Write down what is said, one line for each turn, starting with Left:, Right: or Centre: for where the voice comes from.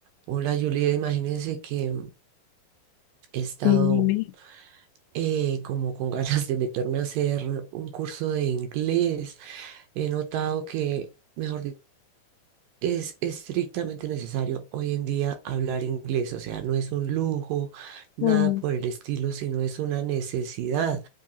Right: Hola Julia, imagínense que he estado
Left: Sí, Dime.
Right: eh, como con <laughs> ganas de meterme a hacer un curso de inglés. He notado que, mejor dicho, es estrictamente necesario hoy en día hablar inglés, o sea, no es un lujo, nada
Left: Mm.
Right: por el estilo, sino es una necesidad.